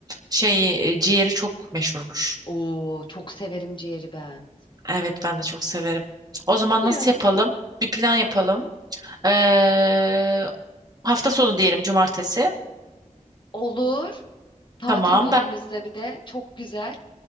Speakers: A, on the right (about 30°); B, on the left (about 40°).
A: Şey e, ciğeri çok meşhurmuş.
B: Oo çok severim ciğeri ben.
A: Evet ben de çok severim. O zaman
B: Ya.
A: nasıl yapalım? Bir plan yapalım. Ee, hafta sonu diyelim cumartesi.
B: Olur. Tatil
A: Tamam
B: günümüzde
A: ben
B: bir de çok güzel.